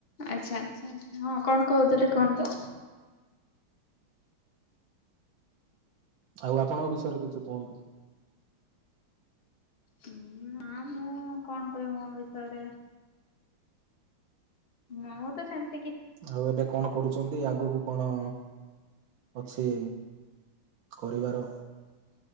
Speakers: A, on the left; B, on the right.
A: ଆଛା ଆଛା ହଁ କଣ କୁହୁଥୁଲୁ କୁହନ୍ତୁ।
B: ଆଉ ଆପଣଙ୍କ ବିଷୟରେ କିଛି କୁହନ୍ତୁ?
A: ହୁଁ ନା ମୁଁ କଣ କହିବି ମୋ ବିଷୟରେ। ମୁଁ ତ ସେମି
B: ଆଉ ଏବେ କଣ କରୁଛନ୍ତି ଆଗକୁ କଣ ଅଛି କରିବାର